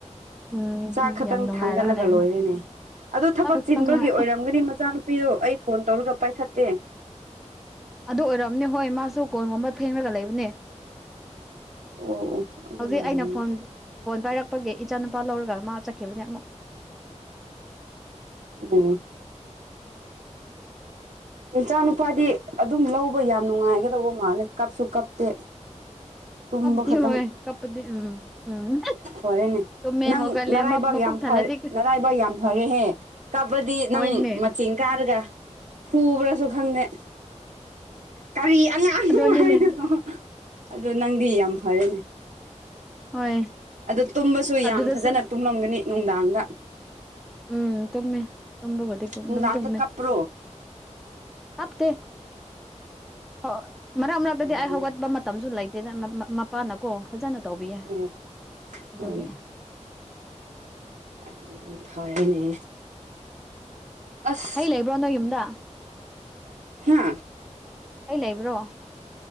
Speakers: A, in the centre; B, on the right.
A: ꯎꯝ
B: ꯆꯥꯛ ꯈꯥꯇꯪ
A: ꯌꯥꯝ ꯅꯨꯡꯉꯥꯏꯔꯒ
B: ꯊꯥꯡꯒꯠꯂꯒ
A: ꯂꯩꯕꯅꯤ
B: ꯂꯣꯏꯔꯦꯅꯦ ꯑꯗꯣ ꯊꯕꯛ
A: ꯆꯥꯛ ꯈꯛꯇꯪ
B: ꯆꯤꯟꯕꯒꯤ
A: ꯊꯣꯡꯉꯦ
B: ꯑꯣꯏꯔꯝꯒꯅꯤ ꯃꯆꯥꯅꯨꯄꯤ ꯄꯤꯗꯣ ꯑꯩ ꯐꯣꯟ ꯇꯧꯔꯒ ꯄꯥꯏꯈꯠꯇꯦ
A: ꯑꯗꯨ ꯑꯣꯏꯔꯝꯅꯦ ꯍꯣꯏ ꯃꯥꯁꯨ ꯀꯣꯟꯒꯨꯝꯕ ꯐꯦꯡꯂꯒ ꯂꯩꯕꯅꯦ
B: ꯑꯣ ꯑꯣ ꯑꯗꯨꯒꯤ
A: ꯍꯧꯖꯤꯛ
B: ꯑꯣꯏꯔꯝꯒꯅꯤ
A: ꯑꯩꯅ ꯐꯣꯟ ꯐꯣꯟ ꯄꯥꯏꯔꯛꯄꯒꯤ ꯏꯆꯥ ꯅꯨꯄꯥ ꯂꯧꯔꯒ ꯃꯥ ꯆꯠꯈꯤꯕꯅꯦ ꯑꯃꯨꯛ
B: ꯑꯣ ꯅꯆꯥ ꯅꯨꯄꯥꯗꯤ ꯑꯗꯨꯝ ꯂꯧꯕ ꯌꯥꯝ ꯅꯨꯡꯉꯥꯏꯒꯗꯧꯕ ꯃꯥꯜꯂꯦ ꯀꯞꯁꯨ ꯀꯞꯇꯦ ꯇꯨꯝꯕ
A: ꯀꯞꯇꯦ
B: ꯈꯛꯇꯪ
A: ꯍꯣꯏ ꯀꯞꯄꯗꯤ ꯎꯝ ꯎꯝ
B: ꯐꯔꯦꯅꯦ
A: ꯇꯨꯝꯃꯦ
B: ꯅꯪ
A: ꯍꯧꯒꯠꯂꯦ
B: ꯅꯔꯥꯏꯕꯥꯛ
A: ꯃꯥ ꯃꯄꯨꯛ
B: ꯌꯥꯝ
A: ꯊꯜꯂꯗꯤ
B: ꯐꯔꯦ ꯅꯔꯥꯏꯕꯥꯛ ꯌꯥꯝ ꯐꯔꯦꯍꯦ ꯀꯞꯄꯗꯤ
A: ꯍꯣꯏꯅꯦ
B: ꯅꯪ ꯃꯆꯤꯡ ꯀꯔꯒ ꯐꯨꯕ꯭ꯔꯥꯁꯨ ꯈꯪꯗꯦ ꯀꯔꯤ ꯑꯉꯥꯡꯅꯣ
A: ꯑꯗꯨꯅꯤꯅꯦ
B: ꯍꯥꯏꯔꯒ ꯑꯗꯣ ꯅꯪꯗꯤ ꯌꯥꯝ ꯐꯔꯦꯅꯦ
A: ꯍꯣꯏ
B: ꯑꯗꯨ ꯇꯨꯝꯕꯁꯨ
A: ꯑꯗꯨꯗꯁꯨ
B: ꯌꯥꯝ ꯐꯖꯅ ꯇꯨꯝꯂꯝꯒꯅꯤ ꯅꯨꯡꯗꯥꯡꯗ
A: ꯎꯝ ꯇꯨꯝꯃꯦ ꯇꯝꯕꯕꯨꯗꯤ ꯑꯗꯨꯝ
B: ꯅꯨꯡꯗꯥꯡꯗ
A: ꯇꯨꯝꯃꯦ
B: ꯀꯞꯄ꯭ꯔꯣ
A: ꯀꯞꯇꯦ ꯍꯣꯏ ꯃꯔꯛ ꯃꯔꯛꯇꯗꯤ
B: ꯐꯔꯦꯅꯦ
A: ꯑꯩ ꯍꯧꯒꯠꯄ ꯃ ꯇꯝꯖꯨ ꯂꯩꯇꯦꯗ ꯃ ꯃ ꯃꯄꯥꯅꯀꯣ ꯐꯖꯅ ꯇꯧꯕꯤꯌꯦ
B: ꯑꯣ
A: ꯑꯗꯨꯒꯤ
B: ꯍꯣꯏꯅꯦ ꯑꯗꯨꯗꯤ ꯐꯔꯦꯅꯦ ꯑꯁ
A: ꯍꯩ ꯂꯩꯕ꯭ꯔꯣ ꯅꯣꯏ ꯌꯨꯝꯗ
B: ꯍꯥꯥ
A: ꯍꯩ ꯂꯩꯕ꯭ꯔꯣ